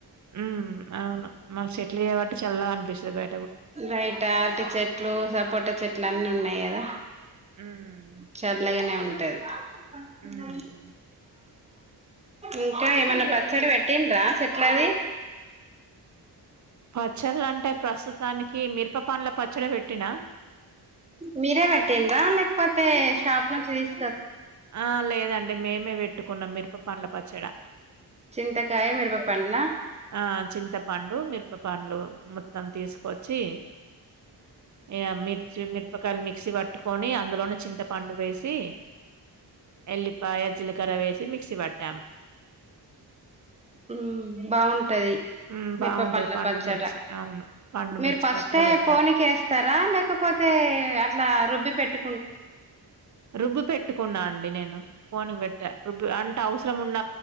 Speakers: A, on the right; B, on the right.
A: ఉమ్ అవును మా చెట్లు కాబట్టి చల్లగ అనిపిస్తది బే
B: బయట అరటి చెట్లు సపోటా చెట్లన్నీ ఉన్నాయి కదా
A: ఉమ్
B: చల్లగానే ఉన్ టది అ
A: ఉమ్
B: న ఇంకా ఏమన్నా పచ్చడి పెట్టిండ్రా చెట్లది
A: పచ్చళ్ళంటే ప్రస్తుత దానికి మిరపపండ్ల పచ్చడి పెట్టినా
B: మీరే పెట్టిండ్రా లేకపోతే షాప్ ల చెస్
A: ఆ లేదండి మేమే పెట్టుకున్నం మిరప పండ్ల పచ్చడా
B: చింతకాయ మీరప పండ్ల
A: ఆ చింతపండు మిరపపండ్లు మొత్తం తీసుకొచ్చి ఇగ మిర్చి మిర్పకాయాలు మిక్సీ వాట్ ట్టుకొని అందులోనే చింతపండు వేసి ఎల్లిపాయ జిల్ కర వేసి మిక్సీ పట్టం
B: హు బాగుం టది
A: హ్మ్.
B: మిరప
A: బావుంటది
B: పండ్ల
A: పండు
B: పచ్చడ
A: మిర్చి. అవును. పండు
B: మీరు
A: మిర్చి
B: ఫస్ట్ఏ
A: పచ్చడ పెట్టా.
B: పోనీకేస్తారా లేకపోతే అట్లా రుబ్బి పెట్టు
A: రుబ్బి పెట్టుకున్నా అండి నేను ఫోన్ పెట్టా రుబ్బి అన్ టే అవసరం ఉన్న